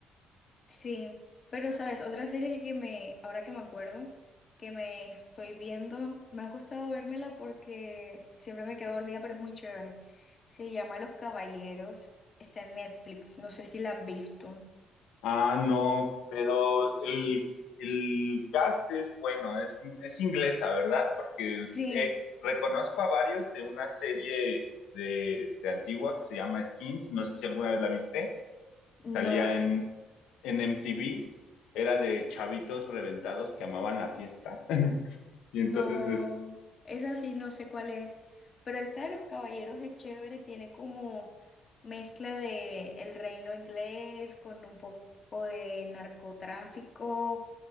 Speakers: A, on the left; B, on the left.
A: sí. Pero, ¿sabes? Otra serie que me, ahora que me acuerdo, que me estoy viendo, me ha costado vérmela porque siempre me quedo dormida, pero es muy chévere. Se llama Los Caballeros, está en Netflix, no sé si la has visto.
B: Ah, no, pero el, el cast es bueno, es, es inglesa, ¿verdad? Porque
A: Sí,
B: eh, reconozco a varios de una serie de este, antigua que se llama Skins, no sé si alguna vez la viste,
A: no,
B: salía
A: es...
B: en, en MTV era de chavitos reventados que amaban la fiesta. <laughs> Y
A: No,
B: entonces,
A: esa sí no sé cuál es, pero esta de los caballeros es chévere, tiene como mezcla de el reino inglés con un poco de narcotráfico,